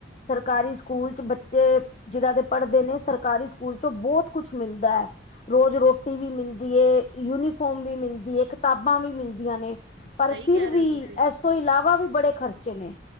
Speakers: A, on the left; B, on the right.
A: ਸਰਕਾਰੀ ਸਕੂਲ ਚ ਬੱਚੇ। ਜਿਹਨਾਂ ਦੇ ਪੜ੍ਹਦੇ ਨੇ ਸਰਕਾਰੀ ਸਕੂਲ ਚੋਂ ਬਹੁਤ ਕੁਛ ਮਿਲਦਾ। ਰੋਜ਼ ਰੋਟੀ ਵੀ ਮਿਲਦੀ ਐ ਯੂਨੀਫੋਮ ਵੀ ਮਿਲਦੀ ਹੈ ਕਿਤਾਬਾਂ ਵੀ ਮਿਲਦੀਆਂ ਨੇ। ਪਰ
B: ਸਹੀ
A: ਫਿਰ
B: ਕਹਿ
A: ਵੀ,
B: ਰਹੇ ਹੋ ਤੁਸੀਂ
A: ਐਸ ਤੋ ਇਲਾਵਾ ਵੀ ਬੜੇ ਖ਼ਰਚੇ ਨੇ।